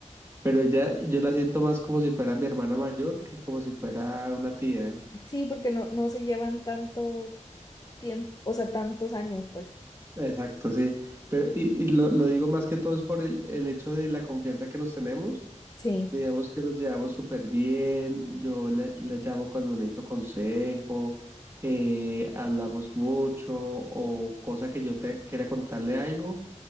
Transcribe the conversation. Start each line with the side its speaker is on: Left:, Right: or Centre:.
Right: pero ella, yo la siento más como si fuera mi hermana mayor que como si fuera una tía.
Left: Sí, porque no, no se llevan tanto tiempo, o sea, tantos años, pues.
Right: Exacto, sí. Pero, y, y lo, lo digo más que todo es por el, el hecho de la confianza que nos tenemos.
Left: Sí,
Right: Digamos que nos llevamos súper bien. Yo la, la llamo cuando necesito consejo, eh, hablamos mucho o cosa que yo te quiera contarle algo,